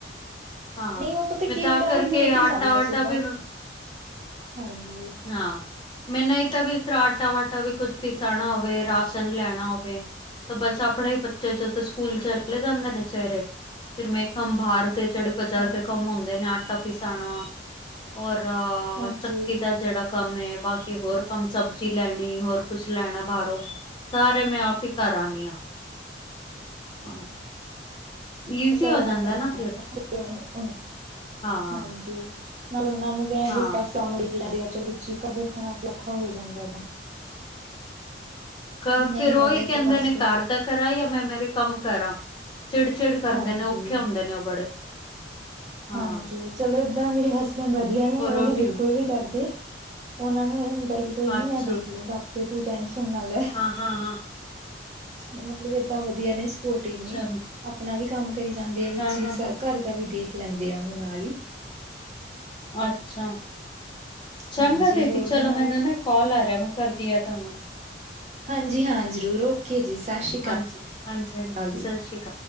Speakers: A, on the left; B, on the right.
A: ਹਾਂ
B: ਨਹੀਂ ਉਹ ਪਤਾ
A: ਮੈਂ
B: ਕੀ
A: ਤਾਂ
B: ਥੋੜਾ
A: ਕਰਕੇ
B: ਉਹ ਲੇਟ
A: ਆਟਾ-ਆਟਾ
B: ਹੀ ਜਾਂਦੇ ਆ ਸੁਬਾਹ
A: ਵੀ
B: ਹਾਂਜੀ
A: ਹਾਂ ਮੈਨੂੰ ਇਹ ਤਾਂ ਵੀ ਇਸ ਤਰ੍ਹਾਂ ਆਟਾ ਵਾਟਾ ਵੀ ਕੁਝ ਪੀਸਾਣਾ ਹੋਵੇ ਰਾਸ਼ਨ ਲੈਣਾ ਹੋਵੇ। ਤਾ ਬਸ ਆਪਣੇ ਹੀ ਬੱਚਾ ਜ ਸਕੂ ਸਕੂਲ ਚਲੇ ਜਾਂਦੇ ਨੇ ਵਿਚਾਰੇ ਫਿਰ ਮੈਂ ਕੰਮ ਬਾਰ ਦੇ ਜੇੜੇ ਬਜ਼ਾਰ
B: ਹਾਂਜੀ
A: ਦੇ ਕੰਮ ਹੁੰਦੇ ਨੇ ਆਟਾ ਪਿਸਾਣਾ ਔਰ
B: ਹਾਂਜੀ
A: ਚੱਕੀ ਦਾ ਜੇੜਾ ਕੰਮ ਏ ਬਾਕੀ ਹੋਰ ਕੰਮ ਸਬਜ਼ੀ ਲੈਣੀ ਹੋਰ ਕੁਛ ਲੈਣਾ ਬਾਰੋਂ ਸਾਰੇ ਮੈਂ ਆਪ ਹੀ ਕਰ ਆਣੀ ਆਂ ਹਾਂ। ਈਜ਼ੀ
B: ਫੈਦਾ ਹੋ ਜਾਂਦਾ
A: ਨਾ ਫਿਰ
B: <unintelligible>
A: ਹਾਂ
B: ਹਾਂਜੀ। ਨਾਲੇ ਉਹਨਾਂ ਨੂੰ ਕਹਿ
A: ਹਾਂ
B: ਵੀ ਕਸਮ ਲਿਖ ਲੈਂਦੇ ਆ ਚਲ ਚੀਕ ਦੇਖਣਾ ਔਖਾ ਹੋ ਜਾਂਦਾ ਨਾ।
A: ਕਰ
B: ਨਹੀਂ
A: ਫਿਰ
B: ਬੰਦਾ
A: ਉਹੀ
B: ਇੱਕ
A: ਕੈਂਦੇ
B: ਪਾਸੇ
A: ਨੇ ਕਰ ਦਾ ਕਰਾਂ ਜਾਂ ਮੈਂ ਮੇਰੇ ਕੰਮ ਕਰਾਂ ਚਿੜ-ਚਿੜ ਕਰਦੇ
B: ਹਾਂਜੀ
A: ਨੇ ਔਖੇ ਹੁੰਦੇ ਨੇ ਓ ਬੜੇ ਹਾਂ
B: ਹਾਂਜੀ ਚਲੋ ਏਦਾਂ ਮੇਰੇ ਹਸਬੈਂਡ ਵਧੀਆ ਨੇ
A: ਹੋਰ
B: ਓ
A: ਰੋਟੀ
B: ਨਿ ਬਿਲਕੁਲ ਵੀ ਡਰਦੇ ਉਹਨਾਂ ਨੂੰ ਇਹ ਹੁੰਦਾ ਕਿ ਕੋਈ ਨੀ
A: ਅੱਛਾ
B: ਮੈਂ ਦੇਖ ਲੂੰਗਾ ਆਪੇ ਤੂੰ ਟੈਨਸ਼ਨ ਨਾ ਲੈ।
A: ਹਾਂ-ਹਾਂ-ਹਾਂ।
B: ਮਤਲਬ ਏਦਾਂ ਵਧੀਆ ਨੇ। ਸਪੋਟਿਵ ਨੇ
A: ਚਲੋ
B: ਆਪਣਾ ਵੀ ਕੰਮ ਕਰੀ ਜਾਂਦੇ ਆ ਵਿੱਚ
A: ਹਾਂ-ਹਾਂ-ਹਾਂ
B: ਹੀ ਘਰ ਦਾ ਵੀ ਦੇਖ ਲੈਂਦੇ ਆ ਓ ਨਾਲ ਈ।
A: ਅੱਛਾ ਚੰਗਾ
B: ਹਾਂਜੀ
A: ਦੀਦੀ
B: ਹੋਰ
A: ਚਲੋ
B: ਬਣਾ
A: ਮੈਨੂੰ
B: ਲਏ
A: ਨਾ ਕੋਲ ਆ ਰਿਆ ਮੈਂ ਕਰਦੀ ਆ ਤੁਹਾਨੂੰ
B: ਹਾਂਜੀ ਹਾਂ ਜ਼ਰੂਰ ਓਕੇ ਜੀ ਸਤਿ ਸ਼੍ਰੀ ਅਕਾਲ-
A: ਹਾਂਜੀ-ਹਾਂਜੀ-ਹਾਂਜੀ
B: ਸਤਿ ਸ਼੍ਰੀ ਅਕਾਲ ਜੀ।
A: ਸਤਿ ਸ਼੍ਰੀ ਅਕਾਲ